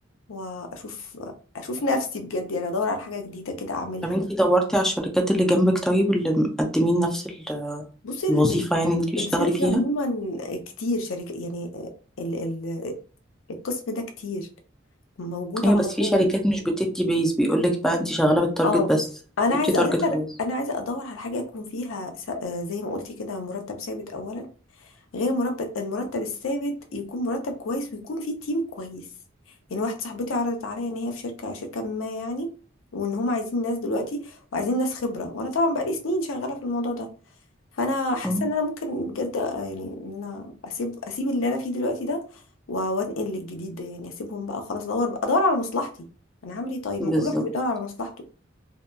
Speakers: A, on the left (about 85°); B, in the centre.
A: واشوف اشوف نفسي بجد يعني ادور على حاجه جديده كده اعملها
B: طب انتي دورتي على الشركات اللي جنبك طيب اللي مقدمين نفس ال-
A: بصي
B: الوظيفة
A: ال... ال...
B: يعني اللي انتي بتشتغلي
A: السيلز
B: فيها
A: عموما كتير شركه يعني ال... ال... القسم ده كتير موجود
B: ايوه
A: على
B: بس في
A: طول
B: شركات مش بتدي بيز بيقولك بقى انتي شغالة بالتارجت
A: اه
B: بس
A: انا
B: جبتي
A: عايزه
B: تارجت
A: اساسا
B: خلاص
A: انا عايزه ادور على حاجه يكون فيها س... آه، زي ما قلتي كده مرتب ثابت اولا غير مرتب المرتب الثابت يكون مرتب كويس ويكون فيه تيم كويس يعني واحده صاحبتي عرضت عليا ان هي في شركه شركه ما يعني وان هم عايزين ناس دلوقتي وعايزين ناس خبره وانا طبعا بقالي سنين شغاله في الموضوع ده فانا حاسه
B: اه
A: ان انا ممكن بجد آه، يعني ان انا اسيب اسيب اللي انا فيه دلوقتي ده و- وانقل للجديد ده يعني اسيبهم بقى وخلاص ادور ادور على مصلحتي انا هعمل ايه طيب
B: بالظبط
A: ما كل واحد بيدور على مصلحته